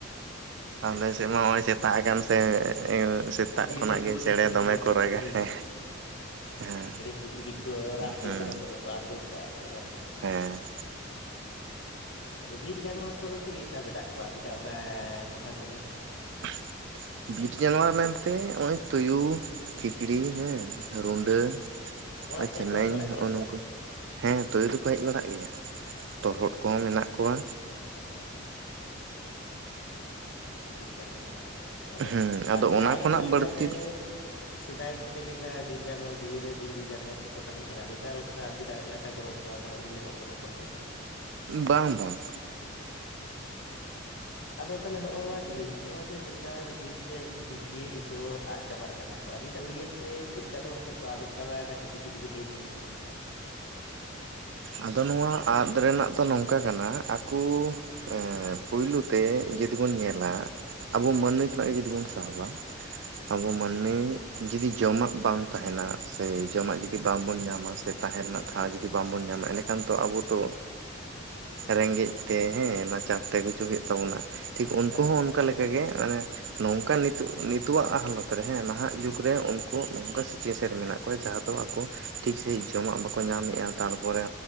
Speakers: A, on the right; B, on the left.
A: ᱟᱞᱮ ᱥᱮᱪ ᱢᱟ ᱱᱚᱜ ᱚᱭ ᱥᱮᱛᱟᱜ ᱟᱠᱟᱱ ᱥᱮ ᱥᱮ ᱮᱸ ᱥᱮᱛᱟᱜ
B: ᱵᱤᱨ
A: ᱠᱷᱚᱱᱟᱜ
B: ᱥᱮᱫ ᱫᱚ
A: ᱜᱮ ᱪᱮᱬᱮ
B: ᱠᱟᱹᱴᱤᱡ ᱦᱤᱨᱤᱭᱟᱜ
A: ᱫᱚᱢᱮ ᱠᱚ
B: ᱦᱤᱨᱤ
A: ᱨᱟᱜᱟ ᱦᱮᱸ, ᱦᱮᱸ᱾
B: ᱪᱤᱯᱨᱤᱡ ᱠᱚ ᱨᱟᱜ
A: ᱦᱮᱸ
B: ᱛᱮ ᱪᱮᱨᱚ ᱵᱮᱨᱚ ᱠᱚ ᱟᱸᱫᱳᱲ ᱠᱟᱜ-ᱟ ᱠᱚ ᱵᱟᱝ ᱥᱮ?
A: ᱦᱮᱸ᱾
B: ᱟᱫᱚ ᱵᱤᱨ ᱡᱟᱱᱚᱣᱟᱨ ᱠᱚᱫᱚ ᱪᱮᱫ ᱞᱮᱠᱟ ᱢᱮᱱᱟᱜ ᱠᱚᱣᱟ ᱟᱵᱤᱱᱟᱜ ᱚᱱᱟ ᱴᱚᱴᱷᱟ ᱠᱚᱨᱮ
A: <inaudible> ᱵᱤᱴ ᱡᱟᱱᱣᱟᱨ ᱢᱮᱱᱛᱮ ᱱᱚᱜ ᱚᱭ ᱛᱩᱭᱩ ᱠᱷᱤᱠᱲᱤ ᱦᱮᱸ᱾ ᱨᱩᱸᱰᱟᱹ
B: ᱚᱲᱟᱜ
A: ᱟᱨ
B: ᱠᱚᱨᱮ
A: ᱪᱮᱱᱮᱧ
B: ᱠᱚ ᱦᱮᱡ ᱵᱟᱲᱟᱜ
A: ᱱᱚᱜ-ᱚᱭ
B: ᱜᱮᱭᱟ ᱥᱮ
A: ᱱᱚᱝᱠᱩ, ᱦᱮᱸ ᱛᱩᱭᱩ ᱫᱚᱠᱚ ᱦᱮᱡ ᱵᱟᱲᱟᱜ ᱜᱮᱭᱟ᱾ ᱛᱚᱨᱦᱚᱫ ᱠᱚᱦᱚᱸ ᱢᱮᱱᱟᱜ ᱠᱚᱣᱟ᱾
B: ᱦᱳᱭ᱾ ᱦᱮ ᱟᱨ ᱵᱤᱨ ᱡᱟᱱᱣᱟᱨ ᱦᱮᱥᱮ ᱟᱫᱚ ᱦᱮᱸᱪᱚ ᱟᱫᱚ
A: ᱦᱮᱸ ᱟᱫᱚ
B: ᱟᱹᱵᱤᱱᱟᱜ
A: ᱚᱱᱟ
B: ᱟᱭ
A: ᱠᱷᱚᱱᱟᱜ
B: ᱩᱢᱟᱹᱱ ᱞᱮᱠᱟᱛᱮ
A: ᱵᱟᱹᱲᱛᱤ
B: ᱥᱮᱫᱟᱭ ᱪᱮᱫ ᱞᱮᱠᱟ ᱵᱤᱨ ᱡᱟᱱᱣᱟᱨ ᱵᱤᱨ ᱨᱮ ᱵᱤᱨ ᱡᱟᱱᱣᱟᱨ ᱠᱚᱠᱚ ᱛᱟᱦᱮᱸ ᱠᱟᱱᱟ ᱱᱮᱛᱟᱨ ᱚᱱᱠᱟ ᱟᱹᱵᱤᱱᱟᱜ ᱮᱞᱟᱠᱟ ᱯᱚᱨᱚ ᱚᱱᱠᱟ ᱵᱟᱝ ᱧᱮᱞᱚᱜ ᱠᱟᱱᱟ ᱠᱚ ᱥᱮ ᱵᱟᱝ?
A: ᱵᱟᱝ ᱵᱟᱝ᱾
B: ᱟᱫᱚ ᱛᱟᱦᱚᱞᱮ ᱦᱚᱜ-ᱚ ᱱᱚᱣᱟ ᱡᱤᱱᱤᱥ ᱱᱚᱜ-ᱚᱭ ᱡᱮ ᱱᱮ ᱱᱮᱛᱟᱨ ᱵᱤᱨ ᱨᱮᱱ ᱡᱤᱵᱽᱡᱤᱭᱟᱹᱞᱤ ᱠᱚ ᱟᱫ ᱪᱟᱵᱟᱜ ᱠᱟᱱᱟ ᱠᱚ ᱟᱵᱤᱱᱟᱜ ᱩᱭᱦᱟᱹᱨ ᱛᱮ ᱪᱮᱫ ᱪᱤᱠᱟᱹᱛᱮ ᱚᱱᱛᱮ ᱠᱚ ᱟᱫᱚᱜ ᱠᱟᱱᱟ ᱠᱟᱹᱴᱤᱡ ᱡᱩᱫᱤ ᱵᱤᱱ ᱞᱟᱹᱭ ᱜᱮᱭᱟ?
A: ᱟᱫᱚ ᱱᱚᱣᱟ ᱟᱫ ᱨᱮᱱᱟᱜ ᱫᱚ ᱱᱚᱝᱠᱟ ᱠᱟᱱᱟ ᱟᱠᱚ ᱮᱻ ᱯᱩᱭᱞᱩ ᱛᱮ ᱡᱩᱫᱤ ᱵᱚᱱ ᱧᱮᱞᱟ ᱟᱵᱚ ᱢᱟᱹᱱᱢᱤ ᱠᱷᱚᱱᱟᱜ ᱜᱮ ᱡᱩᱫᱤ ᱵᱚᱱ ᱥᱟᱵᱟ᱾ ᱟᱵᱚ ᱢᱟᱹᱱᱢᱤ ᱡᱩᱫᱤ ᱡᱚᱢᱟᱜ ᱵᱟᱝ ᱛᱟᱦᱮᱱᱟ ᱥᱮ ᱡᱚᱢᱟᱜ ᱡᱩᱫᱤ ᱵᱟᱝᱵᱚᱱ ᱧᱟᱢᱟ ᱥᱮ ᱛᱟᱦᱮᱸ ᱨᱮᱱᱟᱜ
B: ᱦᱳᱭ
A: ᱴᱷᱟᱶ ᱡᱩᱫᱤ ᱵᱟᱝᱵᱚᱱ ᱧᱟᱢᱟ ᱮᱸᱰᱮᱠᱷᱟᱱ ᱛᱚ ᱟᱵᱚ ᱛᱚ ᱨᱮᱸᱜᱮᱡ ᱛᱮ ᱦᱮᱸ ᱱᱟᱪᱟᱨ ᱛᱮ ᱜᱩᱡᱩᱜ ᱦᱩᱭᱩᱜ ᱛᱟᱵᱚᱱᱟ᱾ ᱴᱷᱤᱠ ᱩᱱᱠᱩ
B: ᱦᱳᱭ
A: ᱦᱚᱸ ᱚᱱᱠᱟ ᱞᱮᱠ ᱚᱱᱠᱮ ᱢᱟᱱᱮ ᱱᱚᱝᱠᱟ ᱱᱤᱛᱚᱜ ᱱᱤᱛᱚᱜ ᱟᱜ ᱦᱟᱞᱚᱛ ᱨᱮ ᱦᱮᱸ ᱱᱟᱦᱟᱜ ᱡᱩᱜᱽ ᱨᱮ ᱚᱱ ᱠᱚᱸᱜ ᱱᱚᱝᱠᱟ ᱥᱤᱪᱩᱭᱮᱥᱚᱱ
B: ᱦᱮᱸ
A: ᱨᱮ ᱢᱮᱱᱟᱜ ᱠᱚᱣᱟ ᱡᱟᱦᱟᱸ ᱫᱚ ᱟᱠᱚ ᱴᱷᱤᱠ ᱥᱟᱹᱦᱤᱡ ᱡᱚᱢᱟᱜ ᱵᱟᱠᱚ ᱧᱟᱢᱮᱫ-ᱟ ᱛᱟᱨᱯᱚᱨᱮ